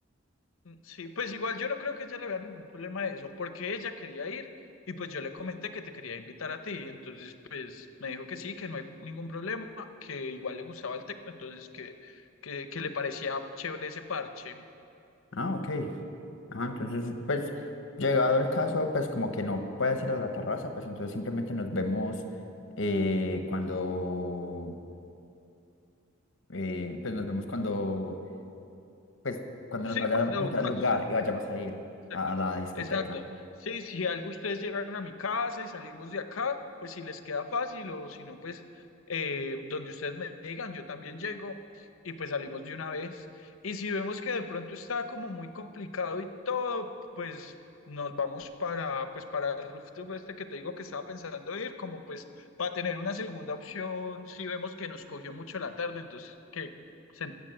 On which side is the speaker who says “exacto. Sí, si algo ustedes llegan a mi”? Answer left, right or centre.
Left